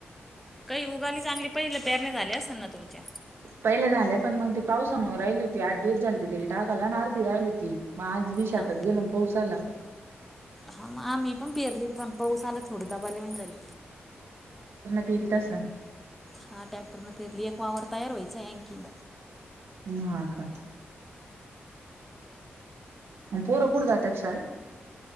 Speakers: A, in the centre; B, on the right (about 75°).
A: काही उगाली चांगली. पहिले पेरणी झाली असेल ना तुमची?
B: पहिल्या झाल्या पण मग ते पावसामुळे राहिली होती. आठ दिवस झालेते तिले टाकायला आणि अर्धी राहिली होती. मग आज बी शेतात
A: हा
B: गेलो न पाऊस आला.
A: हा मग आम्ही पण पेरली पण पाऊस आला थोडी दाबालेन झाले.
B: पेरतासा.
A: हा ट्रॅक्टर न पेरली. एक वावर तयार व्हायचाय आणखी.
B: हम्. हा का? अन पोर कुठ जातात शाळेत?